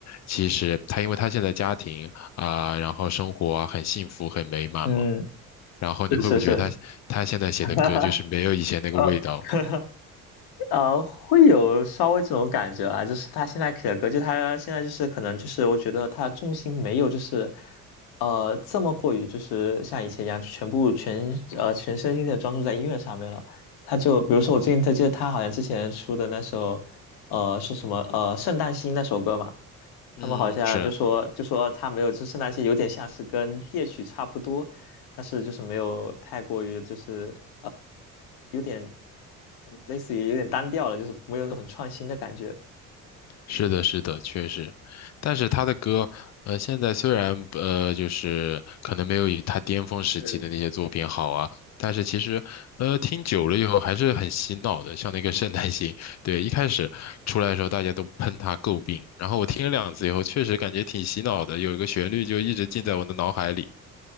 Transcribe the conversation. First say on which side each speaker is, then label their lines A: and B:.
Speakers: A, on the left; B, on the left.
A: 其实他因为他现在家庭啊，然后生活啊很幸福很美满嘛，
B: 嗯，
A: 然后你会不会觉得他他现在写的歌就是没有以前那个味道了？
B: 是是是，<laughs> 哈哈，<laughs> 呃，会有稍微这种感觉啊，就是他现在写的歌，就他现在就是可能就是我觉得他的重心没有就是，呃，这么过于就是像以前一样全部全呃全身心的专注在音乐上面了。他就比如说我最近在记得他好像之前出的那首，呃，是什么呃《圣诞星》那首歌嘛，
A: 嗯，
B: 他们好像就说就说他没有，
A: 是
B: 支持那些有点像是跟夜曲差不多，但是就是没有太过于就是呃有点类似于有点单调了，就是没有很创新的感觉。
A: 是的，是的，确实，但是他的歌，呃，现在虽然呃，就是可能没有以他巅峰时期的那些作品好啊，
B: 对，
A: 但是其实，呃，听久了以后还是很洗脑的，像那个《圣诞星》，对，一开始出来的时候大家都喷他诟病，然后我听了两次以后，确实感觉挺洗脑的，有一个旋律就一直记在我的脑海里。